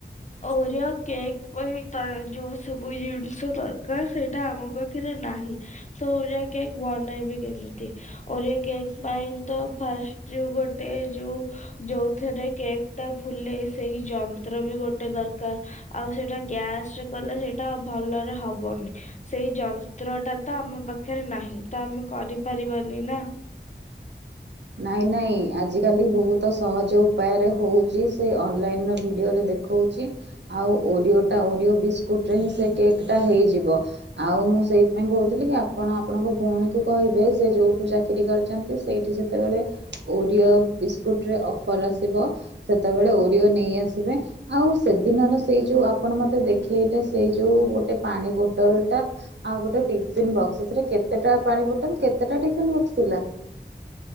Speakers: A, on the left; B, on the right.
A: ଓରିଓ କେକ୍ ପାଇଁ ତ ଅ ଯୋଉ ସବୁ ୟୁନଷ ଦରକାର ସେଇଟା ଆମ ପାଖରେ ନାହିଁ। ତ ଓରିଓ କେକ୍ ବନେଇବି କେମିତି? ଓରିଓ କେକ୍ ପାଇଁ ତ ଫାଷ୍ଟ ଯଉ ଗୋଟେ ଯୋଉ ଯୋଉଥିରେ କେକ୍ ଟା ଫୁଲେ ସେଇ ଯନ୍ତ୍ର ବି ଗୋ ଟେ ଦରକାର ଆଉ ସେଇଟା ଗ୍ୟାସ ରେ କଲେ ସେଇଟା ଭଲରେ ହବନି। ସେଇ ଯନ୍ତ୍ରଟା ତ ଆମ ପାଖରେ ନାହିଁ ତ ଆମେ କରିପାରିବାନି ନା।
B: ନାଇଁ ନାଇଁ ଆଜିକାଲି ବହୁତ ସହଜ ଉପାୟରେ ହଉଚି ସେ ଅନଲାଇନ ର ଭିଡିଓରେ ଦେ ଖଉଚି ଆଉ ଓରିଓ ଟା ଓରିଓ ବିସ୍କୁଟ ରେ ହିଁ ସେ କେକ୍ ଟା ହେଇଯିବ। ଆଉ ମୁଁ ସେଇଥିପାଇଁ କହୁଥିଲି କି ଆପଣ ଆପଣଙ୍କ ଭଉଣୀକୁ କହିବେ ସେ ଯୋଉଠୁ ଚାକିରି କରିଚନ୍ତି ସେଇଠି ସେ ତବେଳେ ଓରିଓ ବିସ୍କୁଟରେ ଅଫର୍ ଆସିବ ସେତବେଳେ ଓରିଓ ନେଇ ଆସିବେ। ଆଉ ସେଦିନର ସେଇ ଯୋଉ ଆପଣ ମତେ ଦେଖେଇଲେ ସେଇ ଯୋଉ ଗୋଟେ ପାଣି ବୋଟଲ ଟା ଆଉ ଗୋଟେ ଟିଫିନ୍ ବକ୍ସ ସେଥିରେ କେତେଟା ପାଣି ବୋଟଲ କେତେଟା ଟିଫିନ୍ ବକ୍ସ ଥିଲା?